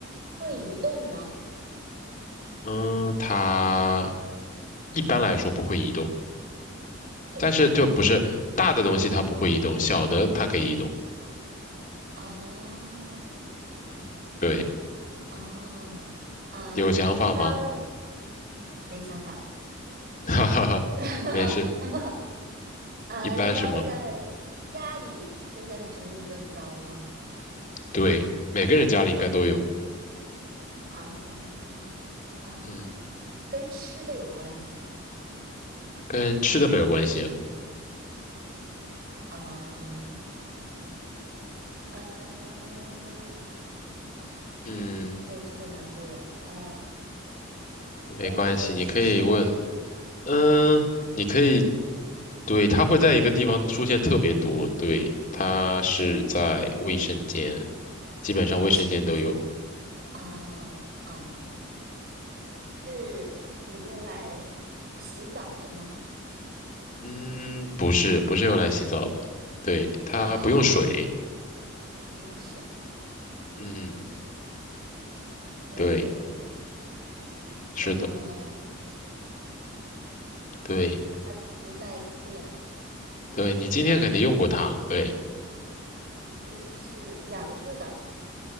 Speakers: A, on the right; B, on the left.
A: 会移动吗？
B: 嗯，它一般来说不会移动，
A: 哎，
B: 但是就不是大的东西它不会移动，
A: 一般来说不会移动。
B: 小的它可以移动。
A: 啊
B: 嗯，对。
A: 啊啊！
B: 有想法吗？
A: 一般没想法，
B: <laughs> 哈哈哈，
A: <laughs>
B: 没事，
A: 呃，
B: 一般什么？
A: 一般会在家里出现的频率更高吗？
B: 对，每个人家里应该都有。
A: 啊啊，
B: 嗯，
A: 跟吃的有关系吗？
B: 跟吃的没有关系。
A: 嗯嗯，呃
B: 嗯，
A: 这就这就难住了。呃，
B: 没关系，
A: 来一点提示呗，
B: 你可以问。嗯，你可以，对，它会在一个地方出现特别多。对，它是在卫生间，基本上卫生间都有。
A: <laughs> 我是扔姐。啊嗯是你用来洗澡的吗？
B: 嗯，不是，不是用来洗澡的。对，它不用水。
A: 啊，不用水，
B: 嗯，
A: 不用水，还有作用。
B: 对，是的，
A: 嗯，
B: 对，
A: 还不带电，
B: 对，你今天肯定用过它。对，
A: 是是两个字的。